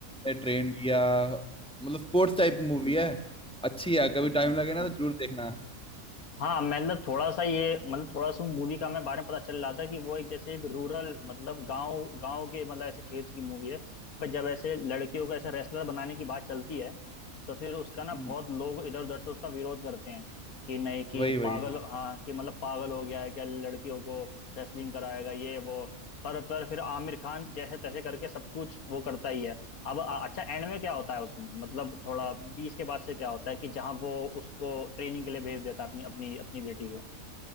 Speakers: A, in the centre; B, on the left.
A: ट्रेन किया मतलब स्पोर्ट्स टाइप मूवी है अच्छी है कभी
B: अच्छा
A: टाइम लगे ना
B: हाँ
A: तो जरूर देखना
B: हाँ मतलब थोड़ा सा ये मतलब थोड़ा सा मूवी का हमें बारे में पता चल रहा था कि वो एक जैसे एक रूरल मतलब गांव गांव के मतलब ऐसे क्षेत्र की मूवी है पर जब ऐसे लड़कियों को ऐसे रेसलर बनाने की बात चलती है तो फिर उसका ना
A: हम्म।
B: बहुत लोग इधर उधर से उसका विरोध करते हैं कि नहीं कि
A: वही वही
B: पागल
A: वही।
B: हाँ कि मतलब पागल हो गया है क्या लड़कियों को रेसलिंग कराएगा ये वो पर पर फिर आमिर खान जैसे तैसे करके सब कुछ वो करता ही है अब अ- अच्छा एंड में क्या होता है उसमें मतलब थोड़ा बीस के बाद से क्या होता है कि जहाँ वो उसको ट्रेनिंग के लिए भेज देता है अपनी अपनी अपनी बेटी को